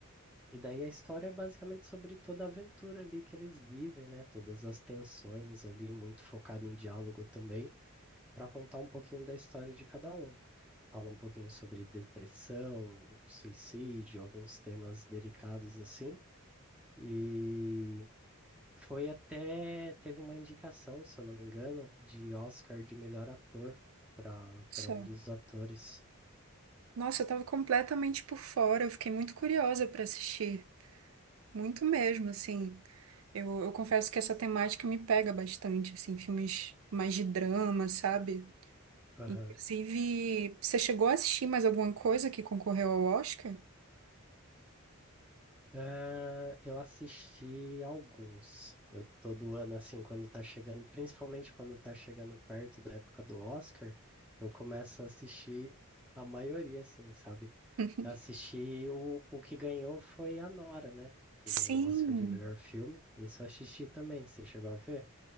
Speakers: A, in the centre; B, on the right.
A: E daí a história é basicamente sobre toda a aventura ali que eles vivem, né, todas as tensões ali, muito focado em diálogo também para contar um pouquinho da história de cada um. Fala um pouquinho sobre depressão, suicídio, alguns temas delicados assim. E foi até, teve uma indicação, se eu não me engano, de Oscar de melhor ator para
B: Só.
A: para um dos atores.
B: Nossa, eu tava completamente por fora, eu fiquei muito curiosa pra assistir, muito mesmo, assim. Eu, eu confesso que essa temática me pega bastante, assim, filmes mais de drama, sabe?
A: Aham.
B: Inclusive, você chegou a assistir mais alguma coisa que concorreu ao Oscar?
A: Ah, eu assisti alguns. Eu todo ano, assim, quando tá chegando, principalmente quando tá chegando perto da época do Oscar, eu começo a assistir a maioria, assim, sabe?
B: <laughs>
A: Eu assisti o, o que ganhou foi a Nora, né? Que ganhou
B: Sim,
A: o Oscar de melhor filme. Esse eu assisti também. Você chegou a ver?